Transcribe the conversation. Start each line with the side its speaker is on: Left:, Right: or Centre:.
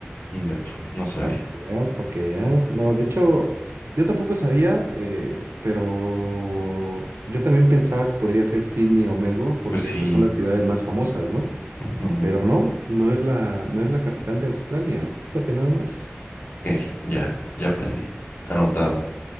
Left: Ingato, no sabía.
Right: Para que veas, para que veas. No, de hecho, yo tampoco sabía, eh, pero yo también pensaba que podría ser Sydney o Melbourne porque
Left: Pues sí.
Right: pues son las ciudades más famosas, ¿no?
Left: Ujú.
Right: Pero no, no es la, no es la capital de Australia. Fíjate nada más.
Left: Ok, ya, ya aprendí. Anotado.
Right: Ok,